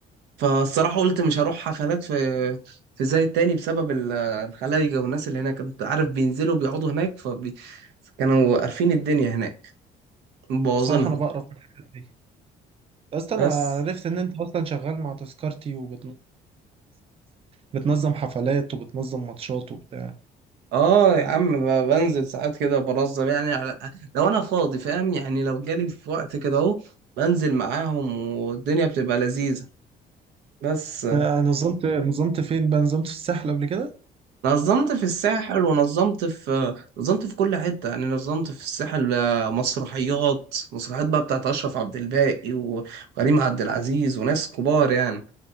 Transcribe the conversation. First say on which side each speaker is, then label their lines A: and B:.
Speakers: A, on the right (about 80°); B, on the right (about 35°).
A: فالصراحه قلت مش هروح حفلات في في زي التاني بسبب ال- الخلايجه والناس اللي هناك انت عارف بينزلوا بيقعدوا هناك فكانوا قارفين الدنيا هناك مبوظينها
B: بصراحه انا بقرف من الحاجات دي بس انا
A: بس
B: عرفت ان انت اصلا شغال مع تذكرتي وبتنقذ بتنظم حفلات وبتنظم ماتشات وبتاع
A: اه يا عم ب- بنزل ساعات كده برزم يعني على لو انا فاضي فاهم يعني لو جالي في وقت كده اهو بنزل معاهم والدنيا بتبقى لذيذة بس آه،
B: آه، نظمت نظمت فين بقى نظمت في الساحل قبل كده
A: نظمت في الساحل ونظمت في آه، نظمت في كل حتة يعني نظمت في الساحل آه، مسرحيات مسرحيات بقى بتاعت أشرف عبد الباقي وكريم عبد العزيز وناس كبار يعني